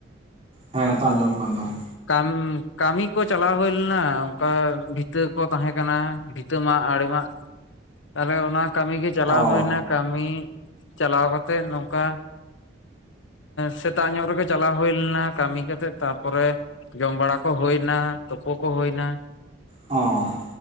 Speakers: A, on the right (about 35°); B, on the left (about 80°).
A: ᱦᱮᱸ ᱱᱤᱛᱚᱜ ᱟᱸᱡᱚᱢᱚᱜ ᱠᱟᱱ ᱛᱟᱢᱟ
B: ᱠᱟᱢ ᱠᱟᱹᱢᱤ ᱠᱚ ᱪᱟᱞᱟᱣ ᱦᱩᱭ ᱞᱮᱱᱟ ᱚᱱᱠᱟ ᱵᱷᱤᱛᱟᱹ ᱠᱚ ᱛᱟᱦᱮᱸ ᱠᱟᱱᱟ ᱵᱷᱤ ᱼᱼ ᱤᱛᱟᱹ ᱢᱟᱜ ᱟᱲᱮ ᱢᱟ ᱛᱟᱦᱚᱞᱮ ᱚᱱᱟ ᱠᱟᱹᱢᱤ ᱜᱮ ᱪᱟᱞᱟᱣ
A: ᱚ
B: ᱦᱩᱭᱱᱟ ᱠᱟᱹᱢᱤ ᱪᱟᱞᱟᱣ ᱠᱟᱛᱮᱜ ᱱᱚᱝᱠᱟ ᱥᱮᱛᱟᱜ ᱧᱚᱜ ᱨᱮᱜᱮ ᱪᱟᱞᱟᱣ ᱦᱩᱭ ᱞᱮᱱᱟ ᱠᱟᱹᱢᱤ ᱠᱟᱛᱮᱜ ᱛᱟᱯᱚᱨᱮ ᱡᱚᱢ ᱵᱟᱲᱟ ᱠᱚ ᱦᱩᱭᱱᱟ ᱛᱳᱯᱳ ᱠᱚ ᱦᱩᱭᱱᱟ
A: ᱚ